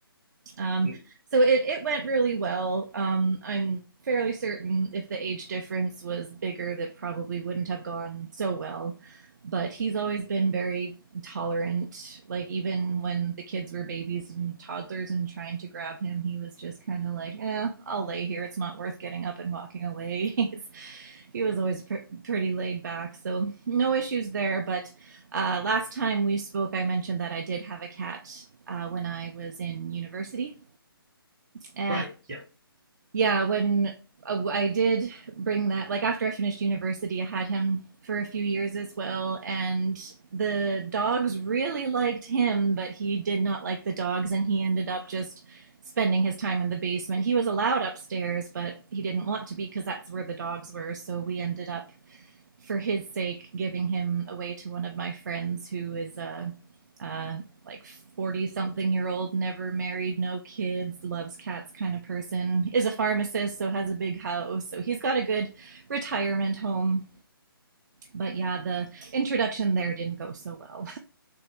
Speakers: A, on the right; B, on the right.
A: Um,
B: Mm,
A: so it, it went really well. Um, I'm fairly certain if the age difference was bigger, that probably wouldn't have gone so well. But he's always been very tolerant. Like, even when the kids were babies and toddlers and trying to grab him, he was just kind of like, eh, I'll lay here. It's not worth getting up and walking away. <laughs> He's, he was always pr- pretty laid back, so no issues there. But uh, last time we spoke, I mentioned that I did have a cat uh, when I was in university. And
B: Right. Yep.
A: yeah, when uh, I did bring that, like after I finished university, I had him for a few years as well. And the dogs really liked him, but he did not like the dogs. And he ended up just spending his time in the basement. He was allowed upstairs, but he didn't want to be because that's where the dogs were. So we ended up, for his sake, giving him away to one of my friends who is a, a like 40 something year old, never married, no kids, loves cats kind of person, is a pharmacist, so has a big house. So he's got a good retirement home. But yeah, the introduction there didn't go so well.